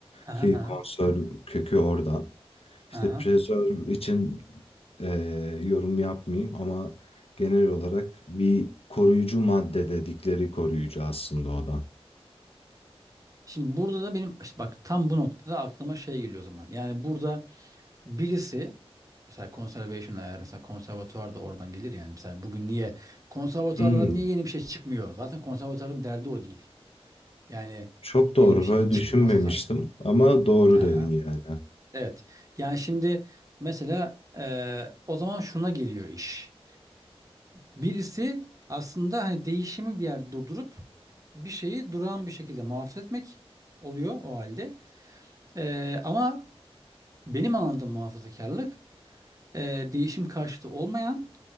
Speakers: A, on the right; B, on the left.
A: Aha,
B: ki
A: aha,
B: konserv kökü oradan. İşte
A: aha.
B: preserve için e, yorum yapmayayım ama genel olarak bir koruyucu madde dedikleri koruyucu aslında o da.
A: Şimdi burada da benim işte bak tam bu noktada aklıma şey geliyor o zaman. Yani burada birisi mesela conservation eğer mesela konservatuvar da oradan gelir yani. Mesela bugün niye konservatuvarlara
B: Hmm.
A: niye yeni bir şey çıkmıyor? Zaten konservatuvarın derdi o değil. Yani
B: Çok doğru.
A: yeni bir şey
B: Böyle
A: çıkmaması
B: düşünmemiştim
A: zaten.
B: ama doğru
A: Aha.
B: dedin yani.
A: Evet. Yani şimdi mesela e, o zaman şuna geliyor iş. Birisi aslında hani değişimi bir yerde durdurup bir şeyi durağan bir şekilde muhafaza etmek oluyor o halde. Ee, ama benim anladığım muhafazakarlık e, değişim karşıtı olmayan